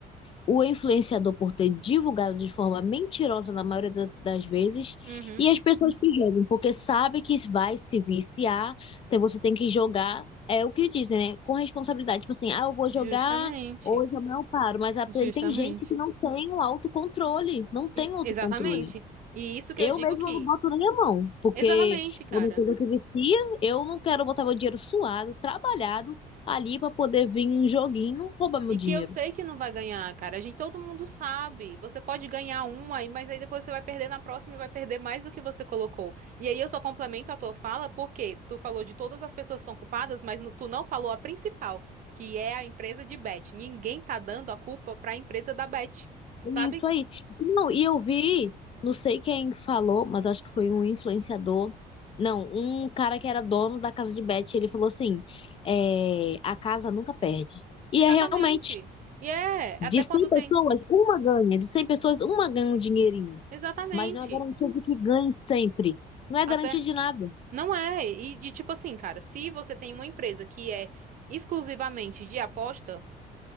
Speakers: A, on the left; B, on the right.
A: o influenciador por ter divulgado de forma mentirosa na maioria da- das vezes,
B: uhum.
A: e as pessoas que jogam, porque sabe que vai se viciar, então você tem que jogar, é o que dizem, né? Com responsabilidade. Tipo assim, ah, eu vou
B: Justamente.
A: jogar. Hoje amanhã eu não paro, mas a-
B: Justamente.
A: tem gente que não tem o autocontrole, não tem
B: E,
A: um autocontrole.
B: exatamente. E isso que
A: Eu
B: eu digo
A: mesma
B: que.
A: não boto nem a mão, porque
B: Exatamente, cara.
A: é uma coisa que vicia. Eu não quero botar meu dinheiro suado, trabalhado, ali para poder vir um joguinho roubar meu
B: E
A: dinheiro.
B: que eu sei que não vai ganhar, cara. A gente, todo mundo sabe. Você pode ganhar uma, aí, mas aí depois você vai perder na próxima e vai perder mais do que você colocou. E aí eu só complemento a tua fala porque tu falou de todas as pessoas que são culpadas, mas no- tu não falou a principal, que é a empresa de bet. Ninguém tá dando a culpa pra empresa da bet, sabe?
A: É Isso aí. Não, e eu vi, não sei quem falou, mas acho que foi um influenciador. Não, um cara que era dono da casa de bet, ele falou assim: é, a casa nunca perde. E
B: Exatamente.
A: é realmente,
B: E é,
A: de
B: até
A: 100
B: quando
A: pessoas,
B: tem.
A: uma ganha. De 100 pessoas, uma ganha um dinheirinho.
B: Exatamente.
A: Mas não é garantia de que ganhe sempre. Não é
B: Até.
A: garantia de nada.
B: Não é. E de tipo assim, cara, se você tem uma empresa que é exclusivamente de aposta.